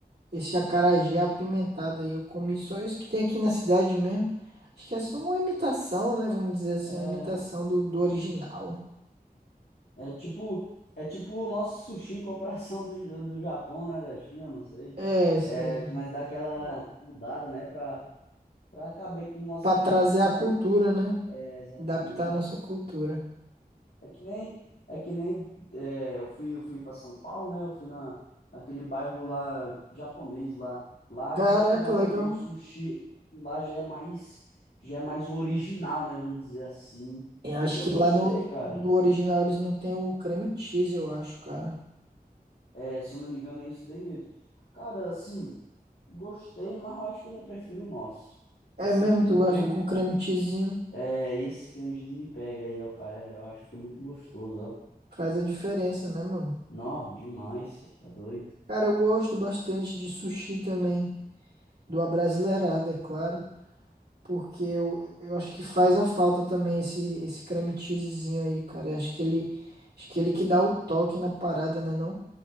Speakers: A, on the right; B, on the left.
A: esse acarajé apimentado aí. Eu comi só isso que tem aqui na cidade mesmo. Acho que essa é uma imitação, né? Vamos dizer assim,
B: É,
A: uma imitação do, do original.
B: É tipo, é tipo o nosso sushi em comparação do, do, Japão, né? Da China, não sei.
A: É, isso
B: É
A: é
B: que nós dá É, aquela mudada, né? Pra, pra caber aqui no nosso
A: para
B: cardápio,
A: trazer
B: senão.
A: a cultura, né?
B: É, exatamente.
A: Adaptar a nossa cultura.
B: É que nem, é que nem é, eu fui, eu fui para São Paulo, né? Eu fui na, naquele bairro lá japonês lá. Lá
A: Caraca,
B: diz que lá
A: legal.
B: o, o sushi que lá já é mais, já é mais original, né? Vamos dizer assim.
A: Eu acho
B: E eu
A: que
B: gostei,
A: lá no,
B: cara.
A: no original eles não tem o creme cheese, eu acho, cara.
B: É, se eu não me engano, é isso daí mesmo. Cara, assim, gostei, mas eu acho que eu ainda prefiro o nosso.
A: É
B: Esse
A: mesmo, tu gosta
B: creme,
A: do com creme cheesinho?
B: é, esse creme X me pega aí, ó, cara. Eu acho que fica muito gostoso, ó.
A: Faz a diferença, né, mano?
B: Nó, demais, cê tá doido.
A: Cara, eu gosto bastante de sushi também, do abrasileirado, é claro, porque eu, eu acho que faz a falta também esse, esse creme cheesezinho aí, cara. Eu acho que ele, acho que ele que dá o toque na parada, né,